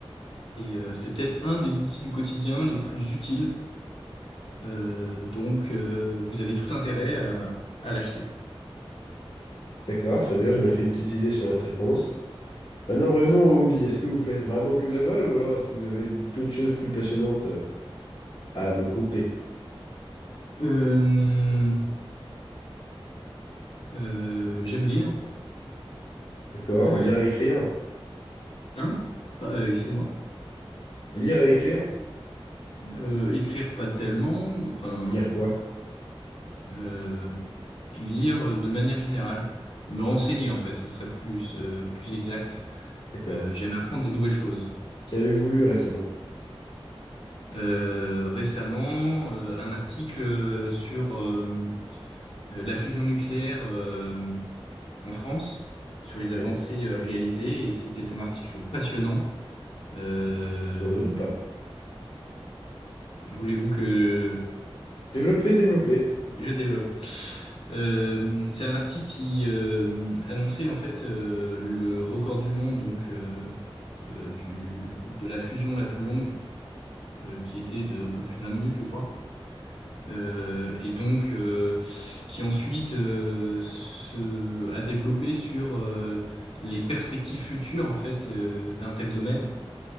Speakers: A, on the left (about 80°); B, on the left (about 60°).
A: et euh, c'est peut-être un des outils du quotidien les plus utiles. Euh, donc euh, vous avez tout intérêt à, à l'acheter.
B: D'accord, très bien, je me fais une petite idée sur votre réponse. Maintenant, revenons au hobby. Est-ce que vous faites vraiment que de la voile ou alors est-ce que vous avez d'autres choses plus passionnantes euh, à me conter?
A: Euh, euh, j'aime lire.
B: D'accord.
A: Euh,
B: Lire et écrire.
A: hein? Pas- euh, excusez-moi.
B: Lire et écrire.
A: Euh, écrire pas tellement, enfin
B: Lire quoi?
A: euh, lire de manière générale. Me renseigner en fait, ce serait plus euh, plus exact.
B: D'accord.
A: Euh, j'aime apprendre des nouvelles choses.
B: Qu'avez-vous lu récemment?
A: euh, récemment euh, un article euh, sur euh, euh, la fusion nucléaire euh, en France, sur les
B: Ok.
A: avancées euh, réalisées, et c'était un article passionnant. Euh,
B: Je n'en doute pas.
A: voulez-vous que
B: Développer, développer.
A: je développe? Euh, c'est un article qui euh, annonçait en fait euh, le record du monde, donc euh, euh, du, de la fusion la plus longue, euh, qui était de un peu plus de 20 minutes, je crois. euh, et donc euh, qui ensuite euh, se, a développé sur euh, les perspectives futures en fait euh, d'un tel domaine.